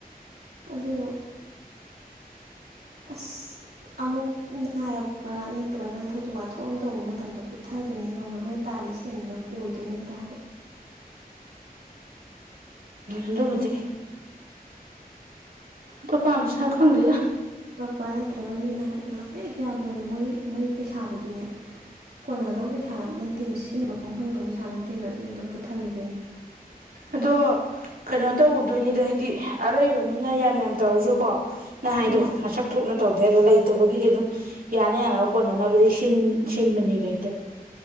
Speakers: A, on the right; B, on the right.
A: ꯑꯗꯣ ꯑꯁ ꯑꯃꯨꯛ ꯅꯥꯔꯛꯄ ꯅꯠꯇ꯭ꯔꯒꯅ ꯊꯧꯗꯣꯛ ꯋꯥꯊꯣꯛ ꯑꯃ ꯇꯧꯕ ꯃꯇꯝꯗꯣ ꯄꯨꯊꯗꯣꯏꯅꯦ ꯈꯪ꯭ꯔꯥ ꯃꯣꯏꯅ ꯇꯥꯜꯂꯤ ꯁꯦꯟꯗꯨꯗ ꯀꯣꯏꯗꯣꯏ ꯅꯠꯇꯦ ꯍꯥꯏꯕ
B: ꯑꯗꯨꯃꯗꯤꯤ ꯄꯣ ꯄꯝꯁꯤ ꯊ ꯈꯪꯒ
A: ꯅꯨꯨꯄꯥ ꯅꯠꯇ꯭ꯔꯒ ꯃꯤ ꯅꯥꯔꯛ ꯌꯦꯂꯛꯄꯦꯛ ꯌꯥꯎꯕꯗꯨ ꯃꯣꯏ ꯃꯣꯏ ꯄꯩꯁꯥꯗꯨꯗꯤꯅꯦ ꯀꯣꯟꯅꯗꯧꯕ ꯄꯩꯁꯥ ꯅꯠꯇꯦꯕ ꯁꯤꯖꯤꯟꯅꯐꯝꯐꯝ ꯈꯪꯗꯧꯕ ꯄꯩꯁꯥ ꯅꯠꯇꯦꯕ ꯑꯗꯨꯅ ꯑꯗꯨꯝ ꯄꯨꯊꯈꯤꯗꯣꯏꯅꯦ
B: ꯑꯗꯣ ꯀꯩꯅꯣ ꯇꯧꯗꯣꯏꯅꯤꯗ ꯍꯥꯏꯗꯤ ꯑꯔꯩꯕ ꯃꯤꯅ ꯌꯥꯝ ꯌꯥꯝ ꯇꯧꯔꯁꯨꯀꯣ ꯅꯍ ꯍꯥꯏꯗꯣ
A: ꯎꯝ
B: ꯃꯁꯛ ꯊꯣꯛꯅ ꯇꯧꯗ ꯑꯗꯣ ꯂꯩꯇꯕꯒꯤꯗꯤ ꯑꯗꯨꯝ ꯌꯥꯅ ꯌꯥꯅꯕ ꯀꯣꯟꯅꯅꯕꯗꯤ ꯁꯤꯟꯕꯅꯦꯕ ꯍꯦꯛꯇ